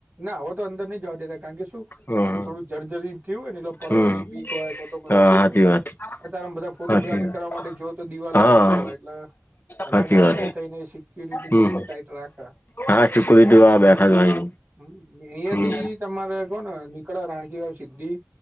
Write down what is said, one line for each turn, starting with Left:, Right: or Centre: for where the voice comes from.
Right: ના હોવે તો અંદર નઈ જોવા દેતા. કારણ કે શું
Left: હમ
Right: થોડું જર્જરી થયું હોય ને એટલે પડવાની
Left: હમ
Right: બીક હોય કો તો
Left: હા
Right: લોકો
Left: સાચી
Right: શું થાય
Left: વાત
Right: અ ત્યારેમે બધા ફોટોગ્રાફી
Left: સાચી
Right: કરવા માટે જોઓ તો દિવાલે
Left: હા
Right: અડતા હોય એટલે એના
Left: સાચી
Right: કારણે
Left: વાત
Right: થઈને સિક્યોરિટી
Left: હમ
Right: થોડીક ટાઈટ રાખે.
Left: હા સિક્યુરિટી વાળા બેઠા જ હોય
Right: અહિયાયાથી
Left: હમ
Right: તમારે કો નીકળ્યા રાણકી સિદ્ધી